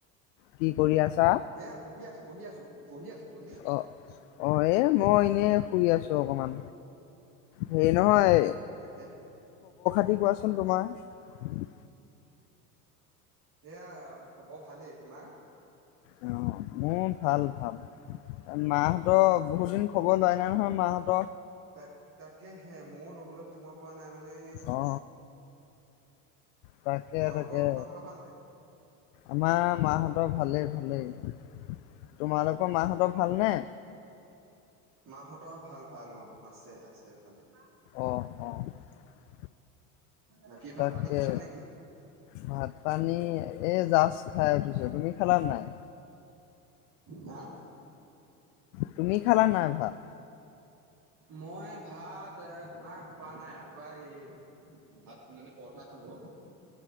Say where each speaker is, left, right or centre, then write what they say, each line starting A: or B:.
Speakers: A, on the left; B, on the right.
A: কি কৰি আছা
B: এয়া বহি আছো বহি আছো বহি আছো তুমি
A: অ অ এ মই এনে শুই আছো অকমান হেই নহয়
B: তাকেহে
A: কি কোৱাচোন তোমাৰ
B: এয়া খবৰ ভালে তোমাৰ
A: অ মোৰ ভাল ভাল মাহঁত বহুত দিন খবৰ লোৱায় নাই নহয় মাহঁত
B: তাক তাকে হে মও ল'বলৈ সময় পোৱা নাই মানে মানে
A: অ তাকে
B: তোমালোকৰ
A: তাকে
B: মাহঁতৰ ভাল নাই?
A: আমাৰ মাহঁতৰ ভালেই ভালেই তোমালোক কৰ মাহঁত ভালনে
B: মাহঁত ত ভাল, ভাল। অ আছে, আছে, ভালে।
A: অ অ।
B: বাকী ভাত
A: তাকে
B: পানী খালা নে কি?
A: ভাত পানী এই জাষ্ট খাই উঠিছো তুমি খালা নাই
B: হা?
A: তুমি খালা নাই ভাত?
B: মই ভাত তোমাৰ খোৱা নাই, ৰাতিপুৱা এ ভাত মানে পৰঠা খালোঁ।